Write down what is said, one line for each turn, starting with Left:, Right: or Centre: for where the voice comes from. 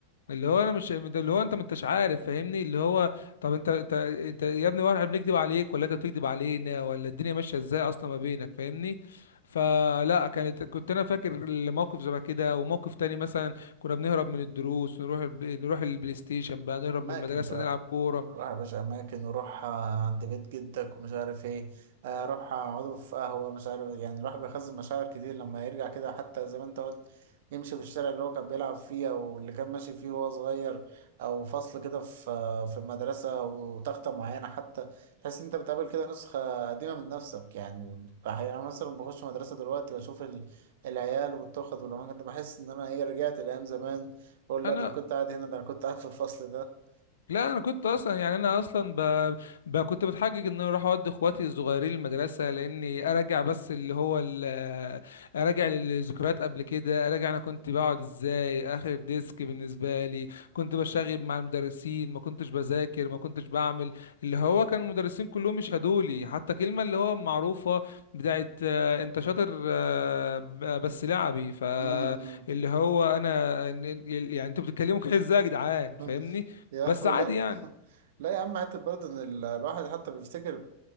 Left: اللي هو انا مش اللي هو انت ما انتش عارف فاهمني اللي هو طب انت انت انت يا ابني واحنا بنكذب عليك ولا انت بتكذب علينا ولا الدنيا ماشيه ازاي اصلا ما بينك فاهمني فلا كانت كنت انا فاكر الموقف شبه كده وموقف تاني مثلا كنا بنهرب من الدروس نروح الب... نروح البلاي ستيشن بقى نهرب
Right: اماكن
Left: من المدرسه
Right: بقى
Left: نلعب كوره
Right: روح يا باشا أماكن وروح آه، عند بيت جدك ومش عارف إيه آه، روح اقعدوا في قهوة مش عارف يعني الواحد بيخزن مشاعر كتير لما يرجع كده حتى زي ما أنت قلت يمشي في الشارع اللي هو كان بيلعب فيه أو اللي كان ماشي فيه وهو صغير أو فصل كده في آه، في المدرسة وتختة معينة حتى تحس إن أنت بتقابل كده نسخة قديمة من نفسك يعني أحيانا مثلا بخش مدرسة دلوقتي وأشوف ال- العيال والتخت والأماكن دي بحس إن أنا إيه رجعت لأيام زمان بقول
Left: انا
Right: لا ده أنا كنت قاعد هنا ده أنا كنت قاعد في الفصل ده.
Left: لا انا كنت اصلا يعني انا اصلا ب... ب... كنت بتحجج ان انا اروح اودي اخواتي الصغيرين المدرسه لاني ارجع بس اللي هو ال... ارجع للذكريات قبل كده ارجع انا كنت بقعد ازاي اخر ديسك بالنسبه لي كنت بشاغب مع المدرسين ما كنتش بذاكر ما كنتش بعمل اللي هو كان المدرسين كلهم يشهدوا لي حتى كلمه اللي هو معروفه بتاعت آه، انت شاطر آه، ب- بس لعبي فاللي
Right: مم.
Left: هو انا يعني انتوا بتتكلموا كده ازاي يا جدعان
Right: <laughs>
Left: فاهمني
Right: يا
Left: بس
Right: عم
Left: عادي
Right: لا
Left: يعني
Right: <laughs> لا يا عم حتى برضه ان ال- الواحد حتى بيفتكر